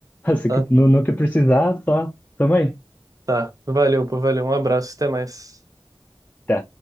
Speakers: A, on the left; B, on the right.
A: Se
B: Tá?
A: que- no, no que precisar, só. Também.
B: Tá. Valeu, pô, valeu. Um abraço, até mais.
A: Tá.